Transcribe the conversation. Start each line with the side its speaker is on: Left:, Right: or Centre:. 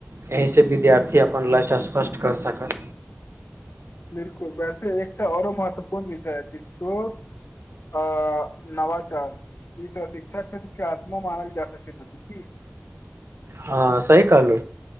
Right: एहि से जे विद्यार्थी अपन लचा फर्स्ट कर सकै।
Left: बिल्कुल वैसे एकटा औरो महत्वपूर्ण विषय अछि शोध अ नवाचार ई तऽ शिक्षा क्षेत्र के आत्मा मानल जा सकैत अछि की
Right: हां सही कहलौ